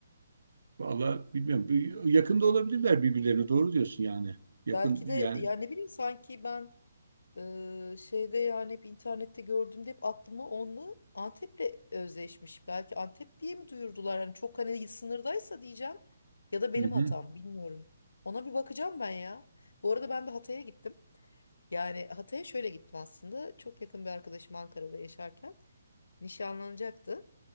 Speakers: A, on the right (about 70°); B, on the left (about 75°).
A: Vallahi bilmiyorum. Bir- Yakında olabilirler birbirlerine. Doğru diyorsun yani. Yakın
B: Belki
A: yani.
B: de ya ne bileyim sanki ben Ee, şeyde yani hep internette gördüğümde hep aklıma onunla Antep'le özleşmiş. Belki Antep diye mi duyurdular? Hani çok hani sınırdaysa diyeceğim ya da benim
A: Hı hı.
B: hatam bilmiyorum. Ona bir bakacağım ben ya. Bu arada ben de Hatay'a gittim. Yani Hatay'a şöyle gittim aslında. Çok yakın bir arkadaşım Ankara'da yaşarken nişanlanacaktı.